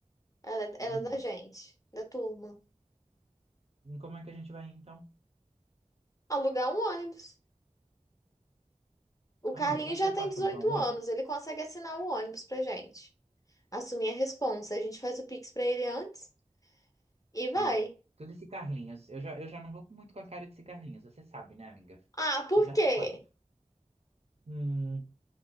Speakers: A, on the left (about 25°); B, on the right (about 50°).
A: Ela, é,
B: Hum.
A: ela é da gente, da turma.
B: E como é que a gente vai então?
A: Alugar um ônibus. O Carlinhos
B: Amiga, você acha
A: já
B: que é
A: tem
B: fácil
A: 18
B: alugar um
A: anos,
B: ônibus?
A: ele consegue assinar o ônibus pra gente. Assumir a responsa. A gente faz o Pix pra ele antes e vai.
B: Hum. Tudo esse Carlinhos. Eu já, eu já não vou muito com a cara desse Carlinhos, você sabe, né, amiga?
A: Ah, por
B: Você já
A: quê?
B: sabe. Hum.